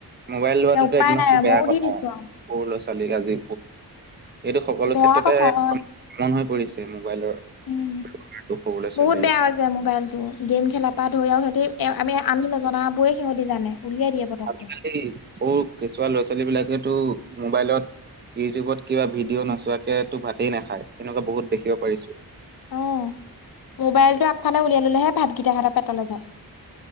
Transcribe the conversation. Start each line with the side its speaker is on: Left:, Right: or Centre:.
Right: মোবাইল লোৱাটোতো
Left: এতিয়া উপায়
Right: একদম
Left: নাই
Right: বেয়া
Left: মইও
Right: কথা,
Left: দি দিছো আৰু
Right: সৰু ল ছোৱালীক আজি, এইটো সকলো
Left: বেয়া
Right: ক্ষেত্ৰতে
Left: কথা হয়
Right: কমন হৈ পৰিছে মোক <unintelligible>
Left: উম
Right: ছোৱালীৰ।
Left: বহুত বেয়া হৈছে মোবাইলটো গেম খেলা পা ধৰি আৰু সিহঁতি আমি, আমি নজনাবোৰে সিহঁতি জানে উলিয়াই দিয়ে পতককে।
Right: আজিকালি সৰু কেঁচুৱা ল'ৰা-ছোৱালী বিলাকেতো মোবাইলত, ইউটিউবত, কিবা ভিডিঅ' নোচোৱাকৈ তোক ভাতেই নাখায়। এনেকুৱা বহুত দেখিব পাৰিছোঁ।
Left: অ', মোবাইলটো আগফালে উলিয়াই ল'লেহে ভাতকিটা সিহঁতৰ পেটলৈ যায়।